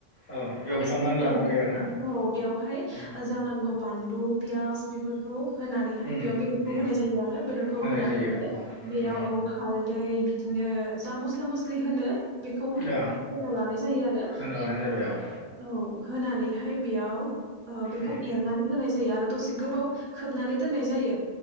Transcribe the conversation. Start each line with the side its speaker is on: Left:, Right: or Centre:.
Left: औ
Right: खौसे
Left: एवफ्रामनानै
Right: होनानै
Left: लानांबाय
Right: हाय
Left: आरो ना
Right: औ बेवहाय
Left: उम
Right: जानांगौ बानलु पियास बेफोरखौ होनानै हाय
Left: उम
Right: बेयाव बेदरखौ
Left: उम
Right: होनाय जायो आरो बेदरखौ
Left: होनाय
Right: होनानै
Left: जायो
Right: हाय
Left: अ
Right: बेयाव
Left: उम
Right: औ हालदै बिदिनो जा मस्ला मस्लि होनो बेखौ हाय
Left: औ
Right: होना लानाय जायो आरो।
Left: होना लानाय जाबाय औ औ।
Right: औ होनानैहाय बेयाव बेखौ
Left: ओम
Right: एरनानै होनाय जायो आरो दसे गोबाव खोबनानै दोननाय जायो